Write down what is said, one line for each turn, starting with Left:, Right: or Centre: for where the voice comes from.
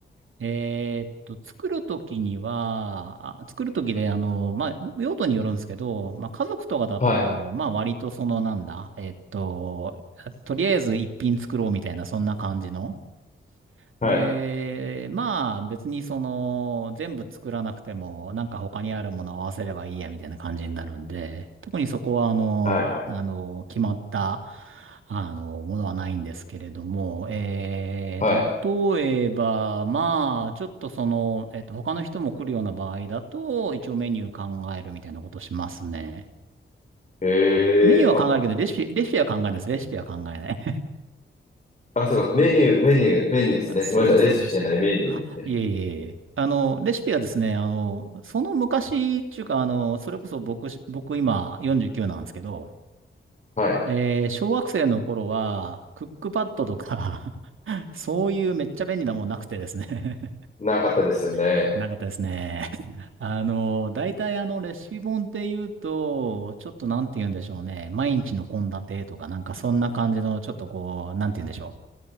Right: えーっと、作るときには、あ作るときで、あの、まあ、用途によるんですけど、まあ、家族とかだと、
Left: はい。
Right: まあ、割とその、なんだ、えーっと、とりあえず一品作ろうみたいな、そんな感じの、
Left: はい。
Right: で、まあ別にその全部作らなくてもなんか他にあるものを合わせればいいやみたいな感じになるんで、特にそこはあの、
Left: はいはい。
Right: あの、決まった、あの、ものはないんですけれども、えー、
Left: はい。
Right: 例えば、まあ、ちょっとその、えっと、他の人も来るような場合だと、一応メニュー考えるみたいなことしますね。
Left: えー、
Right: メニューは考えるけど、
Left: あ、
Right: レシピ、レシピは考えないです。レシピは考えない。
Left: あ、そうか。メニュー、メニュー、メニューですね。
Right: そうです、
Left: ごめんなさい。レシピじゃないメニューですね。
Right: そうです。あ、いえいえいえ。あの、レシピはですね、あの、その昔っていうか、あの、それこそ僕し、僕今49なんですけど、
Left: はい。
Right: えー小学生の頃は、クックパッドとか <laughs> そういうめっちゃ便利なもんなくてですね
Left: なかったですよね。
Right: <laughs> なかったですね。<laughs> あの、大体あの、レシピ本って言うと、ちょっとなんて言うんでしょうね。毎日の献立とか、なんかそんな感じの、ちょっとこう、なんて言うんでしょう。